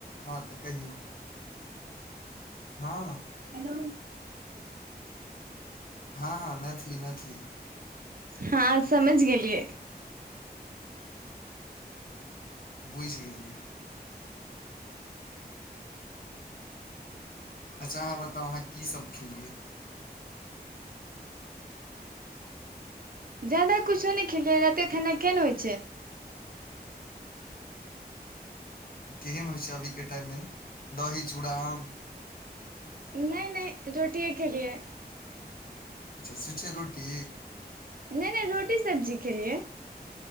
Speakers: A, on the left (about 60°); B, on the right (about 55°).
A: हँ तऽ कहियौ ह ह
B: हैलो।
A: ह। हँ, हँ, मैथिली मैथिली।
B: हँ, समैझ गेलियै।
A: बुझि गेलियै। अच्छा, अहाँ बताउ अहाँ कि सभ खेलियै
B: ज्यादा कुछो नहि खेलियै राते खाना केहन होइ छै
A: केहन होइ छै, अभी के टाइममे दही चूरा आम।
B: नै नै रोटिये खेलियै।
A: अच्छा, छुच्छे रोटी?
B: नै, नै रोटी सब्जी खेलियै